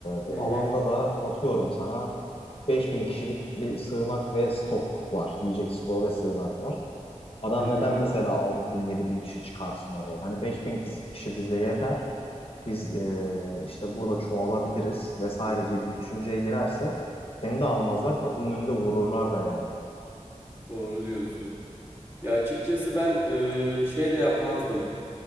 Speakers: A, on the left; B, on the right.
A: bu
B: Hı hı.
A: alanda da atıyorum sana 5000 kişilik bir sığınak ve stok var. Yiyecek stoğu ve sığınak var. Adam
B: Hı hı.
A: neden mesela 6000 bin kişi çıkarsın oraya? Hani 5000 ki- kişi kişi bize yeter. Biz ee, işte burada çoğalabiliriz vesaire gibi bir düşünceye girerse seni de almazlar kapının önünde vururlar da yani.
B: Doğru diyorsun. Ya açıkçası ben eee, şey de yapmazdım.